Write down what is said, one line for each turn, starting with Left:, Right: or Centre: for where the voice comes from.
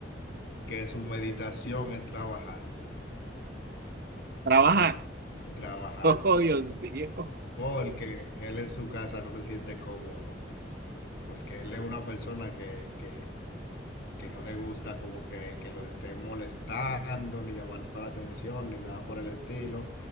Left: que su meditación es trabajar,
Right: Trabajar.
Left: trabajar,
Right: <laughs> Oh,
Left: sí,
Right: Dios mío.
Left: porque él en su casa no se siente cómodo, porque él es una persona que, que que no le gusta como que, que lo estén molestando, ni llamando la atención, ni nada por el estilo.